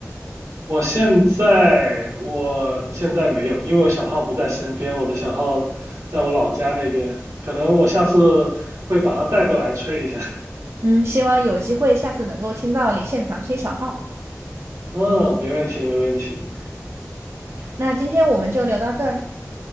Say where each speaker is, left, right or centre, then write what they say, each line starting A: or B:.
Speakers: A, on the right; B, on the right.
A: 我现在我现在没有，因为我小号不在身边，我的小号在我老家那边，可能我下次会把它带过来吹一下。
B: 嗯，希望有机会下次能够听到你现场吹小号。
A: 嗯，没问题，没问题。
B: 那今天我们就聊到这儿。